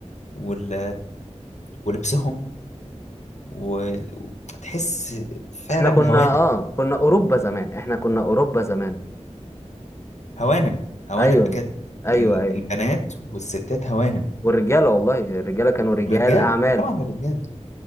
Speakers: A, on the left; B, on the left.
A: وال... ولبسهم و- وتحس فعلا
B: احنا كنا
A: هوانم
B: اه كنا اوروبا زمان احنا كنا اوروبا زمان
A: هوانم هوانم
B: ايوه
A: بجد
B: ايوه
A: ال-
B: ايوه
A: البنات والستات هوانم
B: والرجاله والله الرجاله كانوا رجال
A: والرجاله
B: اعمال
A: طبعا الرجاله